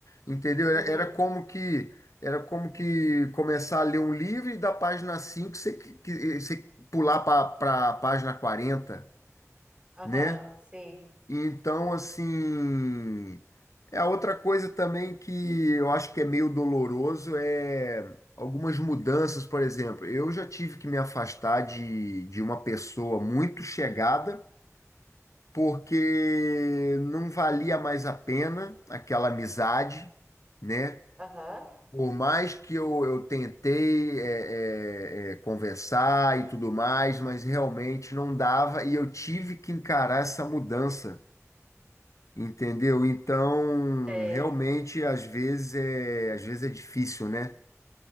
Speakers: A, on the left (about 70°); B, on the right (about 20°).
A: entendeu? Era,
B: Uhum.
A: era como que era como que começar a ler um livro e da página 5 você, que- que- você pular para a página 40,
B: Aham,
A: né?
B: sim.
A: Então, assim, é a outra coisa também que eu acho que é meio doloroso é algumas mudanças, por exemplo. Eu já tive que me afastar de, de uma pessoa muito chegada, porque não valia mais a pena aquela amizade, né?
B: Aham.
A: Por mais que eu, eu tentei é, é, é, conversar e tudo mais, mas realmente não dava, e eu tive que encarar essa mudança Entendeu? Então,
B: Sei.
A: realmente, às vezes é, às vezes é difícil, né?